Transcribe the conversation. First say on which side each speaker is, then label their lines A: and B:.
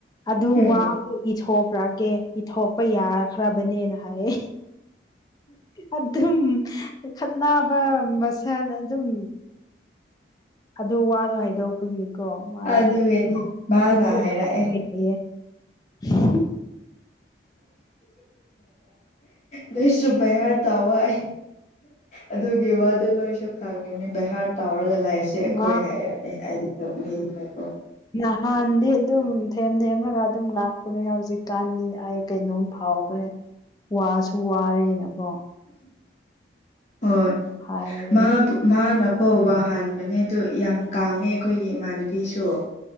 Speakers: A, on the left; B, on the left.
A: ꯑꯗꯨ
B: ꯎꯝ
A: ꯋꯥꯊ ꯒꯦ ꯏꯊꯣꯛꯄ ꯌꯥꯈ꯭ꯔꯕꯅꯦꯅ ꯍꯥꯏ ꯑꯗꯨꯝ ꯈꯠꯕ ꯃꯁꯦ ꯑꯗꯨꯝ ꯑꯗꯨ ꯋꯥꯗꯣ ꯍꯥꯏꯗꯄꯒꯤꯀꯣ ꯃꯥꯗꯣꯌꯦ
B: ꯑꯗꯨꯒꯤꯅꯤ ꯃꯥꯅ ꯍꯥꯏꯔꯛꯑꯦ
A: <unintelligible>
B: ꯅꯣꯏꯁꯨ ꯕꯩꯍꯥꯔ ꯇꯥꯋꯥꯏ ꯑꯗꯨꯒꯤ ꯋꯥꯗ ꯅꯣꯏꯁꯨ ꯈꯪꯒꯅꯤ ꯚꯍꯥꯔ ꯇꯥꯎꯔꯒ ꯂꯥꯛꯏꯁꯦ ꯑꯩꯈꯣꯏ
A: ꯃꯥ
B: ꯍꯥꯏ ꯍꯥꯏꯗꯤꯀꯣ
A: ꯅꯍꯥꯟꯗꯤ ꯑꯗꯨꯝ ꯊꯦꯝ ꯊꯦꯝꯂꯒ ꯑꯗꯨꯝ ꯂꯥꯛꯄꯅꯦ ꯍꯧꯖꯤꯛꯀꯥꯟꯗꯤ ꯑꯩ ꯀꯩꯅꯣꯝ ꯐꯥꯎ ꯀꯥꯎꯈ꯭ꯔꯦ ꯋꯥꯁꯨ ꯋꯥꯔꯦꯅꯀꯣ
B: ꯍꯣꯏ
A: ꯍꯥꯏꯕꯅꯦ
B: ꯃꯥ ꯃꯥ ꯀꯧꯕ ꯍꯥꯟꯕꯅꯦ ꯑꯗꯨ ꯌꯥꯝ ꯀꯉꯦ ꯑꯩꯈꯣꯏꯒꯤ ꯏꯃꯥꯟꯅꯕꯤꯁꯨ